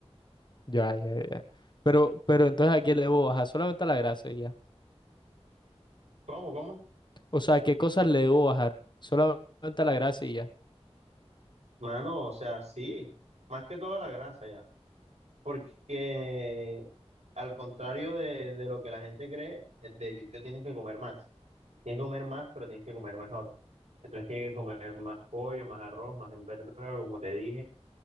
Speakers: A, on the left; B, on the right.
A: Ya, ya, ya. Pero, pero entonces ¿a qué le debo bajar? Solamente a la grasa y ya.
B: ¿Cómo, cómo?
A: O sea, ¿qué cosas le debo bajar? Solamente a la grasa y ya.
B: Mano, o sea, sí, más que toda la grasa ya. Porque al contrario de, de lo que la gente cree, es de hecho tienes que comer más. Tienes que comer más, pero tienes que comer mejor. Entonces tienes que comer más pollo, más arroz, más verdura, como te dije.